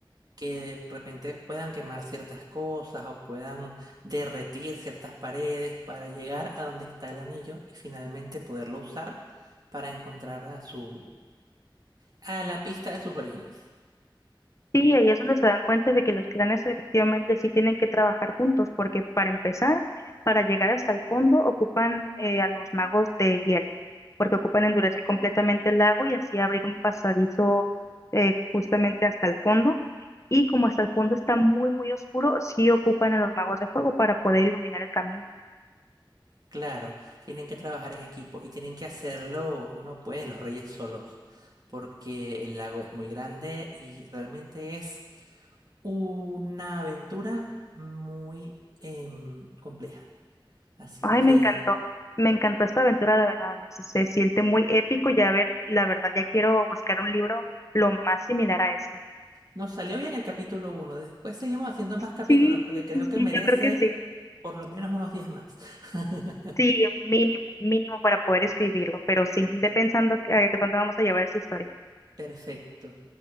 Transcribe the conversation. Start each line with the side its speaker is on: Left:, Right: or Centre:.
Right: que de repente puedan quemar ciertas cosas o puedan derretir ciertas paredes para llegar a donde está el anillo y finalmente poderlo usar para encontrar a su a la pista de sus orígenes.
Left: Sí, ahí es donde se dan cuenta de que los clanes efectivamente sí tienen que trabajar juntos, porque para empezar, para llegar hasta el fondo, ocupan eh, a los magos de hielo, porque ocupan endurecer completamente el lago y así abrir un pasadizo eh, justamente hasta el fondo. Y como hasta el fondo está muy, muy oscuro, sí ocupan a los magos de fuego para poder iluminar el camino.
Right: Claro, tienen que trabajar en equipo y tienen que hacerlo, no pueden los reyes solos, porque el lago es muy grande y realmente es una aventura muy em, compleja. Así
Left: Ay,
Right: que
Left: me encantó, me encantó esta aventura, la verdad, Alex. Se siente muy épico. Ya ver, la verdad, ya quiero buscar un libro lo más similar a este.
Right: nos salió bien el capítulo uno. Después seguimos haciendo más capítulos
Left: Sí,
Right: porque creo
Left: sí, sí,
Right: que merece
Left: yo creo que sí.
Right: por lo menos unos diez más. <laughs>
Left: Sí, mínimo, mínimo para poder escribirlo, pero sí, ve pensando que, a dónde vamos a llevar esa historia.
Right: Perfecto.